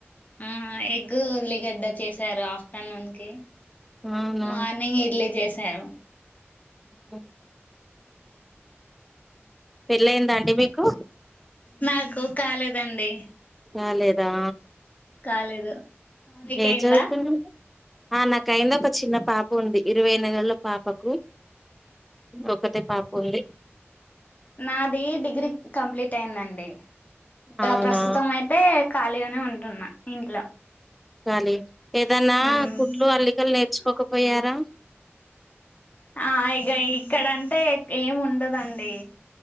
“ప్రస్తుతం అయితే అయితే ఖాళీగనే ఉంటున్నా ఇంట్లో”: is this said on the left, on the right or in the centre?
Left